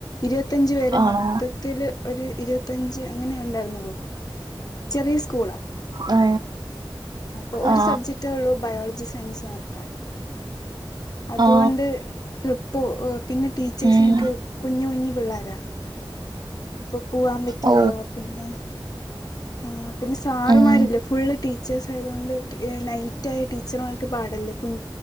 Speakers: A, on the left; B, on the right.
A: ഇരുപത്തഞ്ച് പേര്
B: ആണോ
A: മൊത്തത്തില് ഒര് ഇരുപത്തഞ്ച് അങ്ങനെ ഒണ്ടാര്ന്നൊള്ളു ചെറിയ സ്കൂളാ
B: ആ
A: അപ്പം ഒരു
B: ആ
A: സബ്ജക്ട്റ്റേ ഒള്ളൂ ബയോൾ ജി സയൻസ് മാത്രം അതോണ്ട്
B: ആ
A: ട്രിപ്പ് പിന്നെ ടീച്ചേഴ്സിനൊക്കെ
B: ഉം
A: കുഞ്ഞി കുഞ്ഞി പിള്ളാരാ അപ്പ പോവാൻ പറ്റില്ല
B: ഓ
A: പിന്നെ ആ പിന്നെ സാറുമാരില്ല
B: ഉം
A: ഫുള്ള് ടീച്ചേഴ്സ് ആയതുകൊണ്ട് ടി ഏ നൈറ്റാ ടീച്ചർമാർക്ക് പാടല്ലേ കുൻ